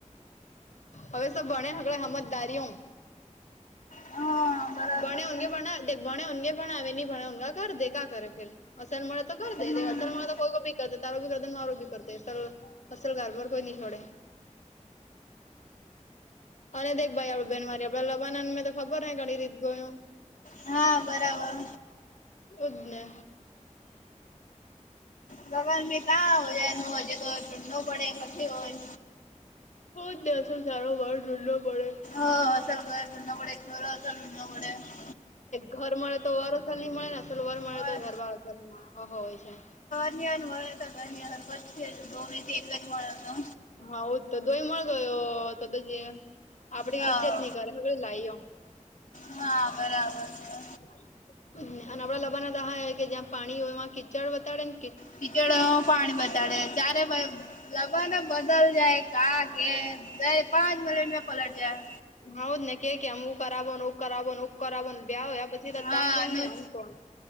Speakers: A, on the left; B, on the left.
A: હવે સો ભણે સમજદારી
B: હા. બરાબર
A: ભણેે
B: છે
A: ભણવેે ની ભણે એ ઘરે દેખા કરે બીજુ તો <unintelligible> અસલ મા
B: હમ
A: તો કોઈ <unintelligible> કર તારું કર દેને માારું ભી કરે અસલ ઘર બર કોઈ ન છોડે. હા, અને દેખ ભાઈ આપણે બેન મારી આપણે <unintelligible> મેં તો ખબર ન. <unintelligible> ગયું.
B: હા, બરાબર.
A: તુજ ને
B: ના, લગન <unintelligible> હો જાય ન. <unintelligible> ન પડે, પછી હોય
A: બો <unintelligible> સારો વર ઢૂલો પડે
B: હા, અસલ ઘર <unintelligible> પડે ખેરો. <unintelligible>
A: ઘર મળે તો વારોછર નની મળેને અસલ વર મળે
B: હોય
A: તો ઘર વારછર ન મળે હોય છે.
B: મારે તો ઘાર પછી ધોથી એક જ મળે હતો.
A: હઉ તો <unintelligible> <unintelligible> તો આપણી
B: હા
A: ઈજ્જત નહી કરે હવે <unintelligible>
B: હા બરાબર છે
A: અને આપણાને <unintelligible> કે જ્યાં પાણી હોય એમાં કીચડ બતાડે ને?
B: કીચડ પાણી બતાડે તારે ભાઈ જમાનો બદલ જાય <unintelligible> કે જ પાંચ મિનિટ મે પલટ જાય.
A: <unintelligible> ને કે આમ હું કરાવ <unintelligible> <unintelligible> ને હો પછી તો
B: હા,
A: તમ કોણ ને અમ કોણ.